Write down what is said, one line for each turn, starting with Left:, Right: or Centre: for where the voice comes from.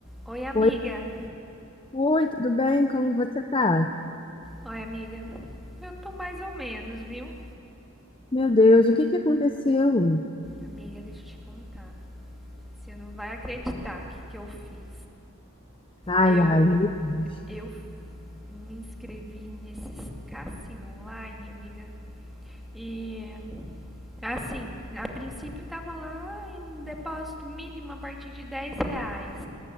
Centre: Oi, amiga.
Left: Oi, oi, tudo bem? Como você tá?
Centre: Oi, amiga. Eu tô mais ou menos, viu?
Left: Meu Deus, o que que aconteceu?
Centre: Amiga, deixa eu te contar. Você não vai acreditar o que, que eu fiz.
Left: Ai,
Centre: Eu,
Left: ai, meu Deus,
Centre: eu me inscrevi nesses cassino online, amiga. E assim, a princípio tava lá em um depósito mínimo a partir de 10 reais.